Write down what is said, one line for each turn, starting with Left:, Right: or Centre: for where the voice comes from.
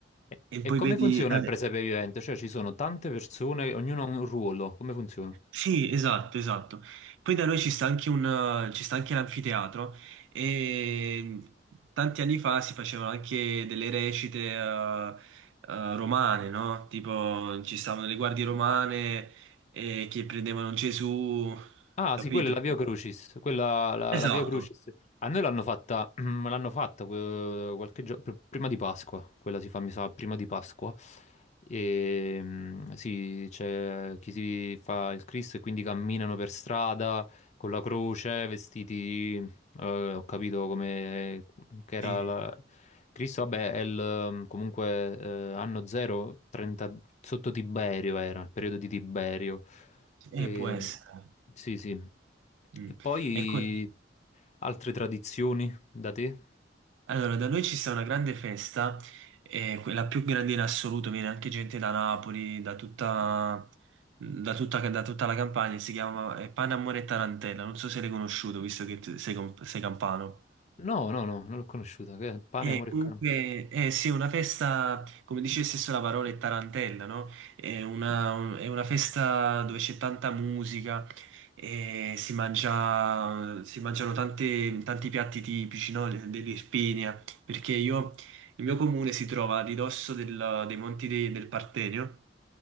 Left: E,
Right: e
Left: e
Right: poi
Left: come
Right: vedi.
Left: funziona
Right: eh,
Left: il presepe vivente? Cioè, ci sono tante persone, ognuno ha un ruolo. Come funziona?
Right: Sì, esatto, esatto. Poi da noi ci sta anche un, ci sta anche l'anfiteatro e tanti anni fa si facevano anche delle recite eh, eh, romane, no? Tipo ci stavano le guardie romane eh, che prendevano Gesù,
Left: Ah,
Right: capito?
Left: sì, quella è la Via Crucis. Quella, la,
Right: Esatto.
Left: la Via Crucis. A noi l'hanno fatta, <clears throat> l'hanno fatta eh, qualche giorno, prima di Pasqua. Quella si fa, mi sa, prima di Pasqua. E, mm, sì, c'è chi si fa il Cristo e quindi camminano per strada con la croce, vestiti, eh, ho capito come che era
Right: Sì,
Left: la... Cristo, vabbè, è il, comunque eh, anno 0, 30, sotto Tiberio era, il periodo di Tiberio. E,
Right: eh, può essere.
Left: sì, sì.
Right: Mm.
Left: E poi
Right: Ecco.
Left: altre tradizioni da te?
Right: Allora, da noi ci sta una grande festa, eh, que- la più grande in assoluto, viene anche gente da Napoli, da tutta, da tutta, da tutta la Campania, si chiama eh, Pane, Amore e Tarantella, non so se l'hai conosciuto, visto che t- sei, com- sei campano.
Left: No, no, no, non l'ho conosciuta. Che è pane,
Right: Eh,
Left: amore
Right: comunque,
Left: e canto.
Right: eh, sì, una festa, come dice stesso la parola, è tarantella, no? È una, un- è una festa dove c'è tanta musica, eh, si mangia, si mangiano tante- tanti piatti tipici, no? Dell'Irpinia, perché io, il mio comune si trova a ridosso del- dei Monti de- del Partenio,